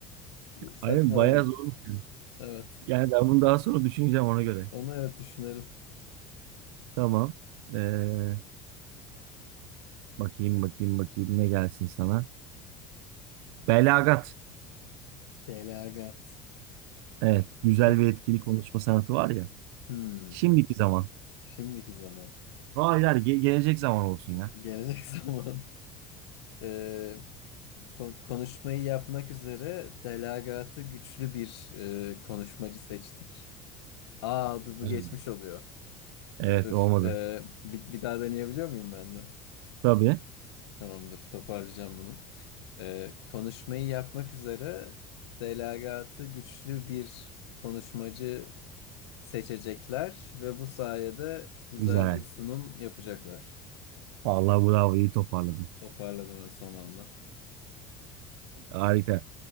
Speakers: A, on the left; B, on the right.
A: Saçmaladım.
B: Aynen bayağı zormuş. yani.
A: Evet.
B: Yani ben bunu daha sonra düşüneceğim ona göre.
A: Onu evet düşünelim.
B: Tamam. Ee, bakayım bakayım bakayım ne gelsin sana. Belagat.
A: Delagat.
B: Evet. Güzel
A: Peki.
B: ve etkili konuşma sanatı var ya.
A: Hmm.
B: Şimdiki zaman.
A: Şimdiki zaman.
B: Hayır hayır ge- gelecek zaman olsun ya.
A: Gelecek <laughs> zaman. Ee, kon- konuşmayı yapmak üzere delagatı güçlü bir e, konuşmacı seçtik. Aa dur bu
B: Aynen.
A: geçmiş oluyor.
B: Evet
A: Dur.
B: olmadı.
A: ee, bir, bir daha deneyebiliyor muyum ben de?
B: Tabii.
A: Tamam dur toparlayacağım bunu. Ee, konuşmayı yapmak üzere delagatı güçlü bir konuşmacı seçecekler ve bu sayede güzel
B: Güzel.
A: bir sunum yapacaklar.
B: Vallahi bravo iyi toparladın.
A: Toparladım en son anda.
B: Harika.